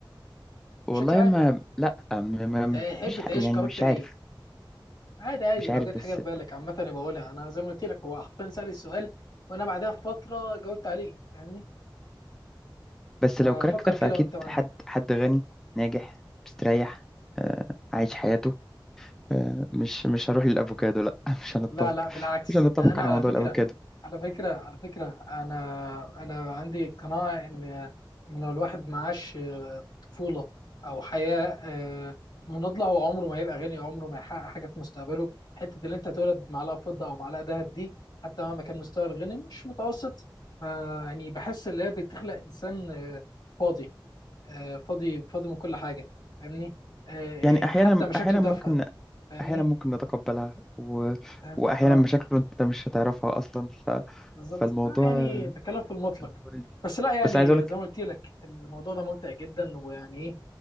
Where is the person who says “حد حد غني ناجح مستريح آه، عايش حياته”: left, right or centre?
Centre